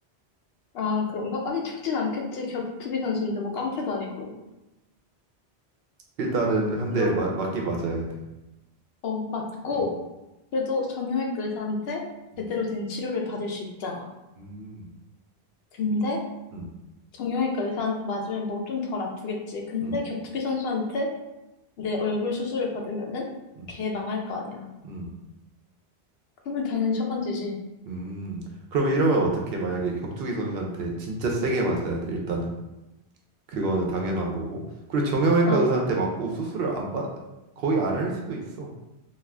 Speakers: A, on the left (about 70°); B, on the right (about 65°).
A: 아, 그런가? 아니, 죽진 않겠지. 격투기 선수인데, 뭐, 깡패도 아니고.
B: 일단은 한
A: 그러,
B: 대 맞긴 맞아야 돼.
A: 어, 맞고,
B: 음.
A: 그래도 정형외과 의사한테
B: 음.
A: 제대로 된 치료를 받을 수 있잖아.
B: 음.
A: 근데,
B: 음,
A: 정형외과 의사한테 맞으면 뭐, 좀 덜 아프겠지. 근데,
B: 음,
A: 격투기 선수한테 내 얼굴 수술을 받으면은
B: 음,
A: 개 망할 거 아니야.
B: 음,
A: 그러면 당연히 처방되지.
B: 음. 그러면 이러면 어떻게 만약에 격투기 선수한테 진짜 세게 맞아야 돼 일단은 그거는 당연한 거고 그리고 정형외과
A: 어.
B: 의사한테 맞고 수술을 안 받, 거의 안 할 수도 있어.